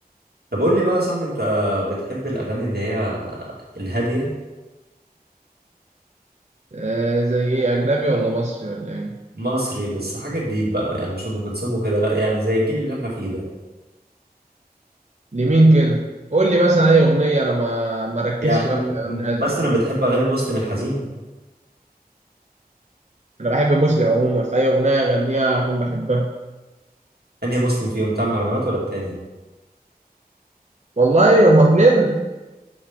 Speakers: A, on the right; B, on the right.
A: طب قول لي بقى يا صاحبي انت بتحب الاغاني اللي هي الهاديه
B: آه زي إيه أجنبي ولا مصري ولا إيه؟
A: مصري بس حاجه جديد بقى يعني مش ام كلثوم وكده لا يعني زي الجيل اللي احنا فيه ده
B: لمين كده؟ قول لي مثلا أي أغنية أنا ما مركزش
A: يعني
B: أوي في الأغاني
A: م-
B: الهادية
A: مثلا
B: دي.
A: بتحب اغاني مسلم الحزين
B: انا بحب مسلم عموما فاي اغنيه يغنيها اكون بحبها
A: انهي مسلم فيهم بتاع المهرجانات ولا التاني
B: والله هما اتنين